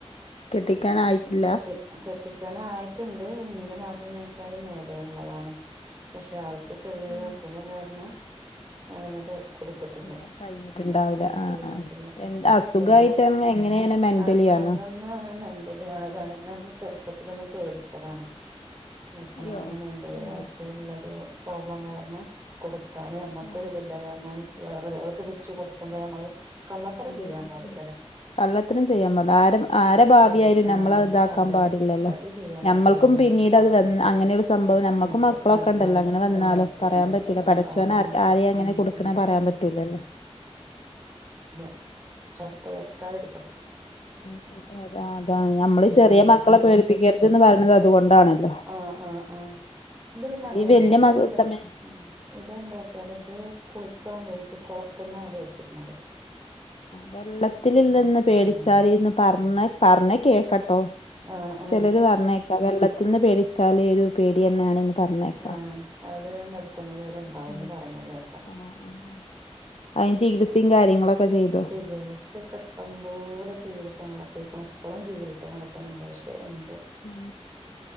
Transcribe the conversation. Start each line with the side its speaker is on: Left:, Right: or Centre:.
Left: കെട്ടിക്കാനായിട്ടില്ല
Right: ഉം കെട്ടി കെട്ടിക്കാനായിട്ടുണ്ട് ഇന്റെ മാപ്പളേനക്കായി മേലെള്ളതാണ് പക്ഷെ ആൾക്ക്- ചെറിയൊരു
Left: ഉം
Right: അസുഖം കാരണം അങ്ങനെട് കൊടുത്തിട്ടില്ല
Left: ഒന്നും കഴിഞ്ഞിട്ടുണ്ടാവൂല
Right: ഉം
Left: ആഹ്
Right: കഴിഞ്ഞിട്ടില്ല
Left: ആഹ് എന്ത് അസുഖായിട്ട്
Right: പിന്നെ
Left: എങ്ങനെയാണ് മെന്റലി
Right: അസുഖം
Left: ആണോ
Right: ന്നറഞ്ഞ മെന്റലിയാണ് കാരണം ഒന്ന് ചെറുപ്പത്തിലൊന്ന് പേടിച്ചതാണ്. അപ്പാ
Left: അയ്യോ
Right: അങ്ങനെ മെന്റലി
Left: തന്നെ
Right: ആയിട്ട്ള്ളരു പ്രോബ്ലം കാർണം കൊടുക്കാന് ഞമ്മക്കൊരിതില്ല
Left: ആഹ്
Right: കാരണം വേരോരാൾക്ക് പിടിച്ച് കൊടുക്കുമ്പോ ഞമ്മള് കള്ളത്തരം
Left: അല്ലേ
Right: ചെയ്യാൻ
Left: ഉം
Right: പാടില്ലല്ലൊ
Left: കള്ളത്തരം ചെയ്യാപാടില്ല ആരെ ആരെ ഭാവിയായാലും
Right: ചതി ആഹ്
Left: നമ്മളത് ഇതാക്കാൻ
Right: അതെ
Left: പാടില്ലല്ലോ.
Right: ചതി ചെയ്യാൻ
Left: ഞമ്മൾക്കും
Right: പറ്റൂലല്ലോ
Left: പിന്നീട് അത് വേ ഉം അങ്ങനെ ഒരു സംബവം നമ്മൾക്കും
Right: അതെ
Left: മക്കളൊക്കെണ്ടല്ലോ
Right: അതെ
Left: അങ്ങനെ വന്നാലോ
Right: ആഹ് അതെ
Left: പറയാൻ
Right: അതെ
Left: പറ്റൂല്ല
Right: അതാണ്
Left: പഠച്ചോൻ ആർക് ആരെയും അങ്ങനെ
Right: ഉം
Left: കൊടുക്ക്ണ
Right: ഉം
Left: പാ പറയാൻ പറ്റൂലല്ലോ
Right: <unintelligible> വരുത്താതിരിക്കട്ട
Left: ഉം <unintelligible> അതാണ് നമ്മള് ഈ ചെറിയ
Right: ഉം
Left: മക്കളെ പേടിപ്പിക്കരുത് ന്ന് പർണത് അതുകൊണ്ടാണല്ലോ
Right: ആ ആ ആ ഇത് പിന്നെ അങ്ങനയല്ല
Left: ഈ വല്യ
Right: ത്
Left: മക
Right: എന്താ
Left: തമ്മെ
Right: ഉം ഇതെന്താ ച്ചാല് ഇത് കുളിക്കാൻ പോയിറ്റ് കൊളത്ത്ന്നാണ് പേട്ച്ചക്ക്ണത്
Left: വെള്ളത്തിലില്ലന്ന് പേടിച്ചാല്ന്ന്
Right: ആഹ്
Left: പർന്ന് പർന്ന് കേക്കട്ടോ
Right: ആഹ് ആഹ്
Left: ചിലര് പറഞ്ഞേക്കാ വെള്ളത്തിന്ന് പേടിച്ചാല് ഒരു പേടിന്നെ യാണ് ന്ന് പർഞ്ഞേക്കാ
Right: ആഹ് അത് മരിക്കുന്നത് വരെ ഉണ്ടാവുംന്ന്
Left: ആ
Right: പറയണ കേക്കാം
Left: ആ ആ അതിന് ചികിത്സയും കാര്യങ്ങളൊക്കെ ചെയ്തോ
Right: ചികിത്സക്കെ ഇഷ്ടം പോലെ ചികിത്സ നടത്തീക്കുണു പ്പളും ചികിത്സ നട കണ്ടക ശ്ശെ എന്തോ
Left: ആ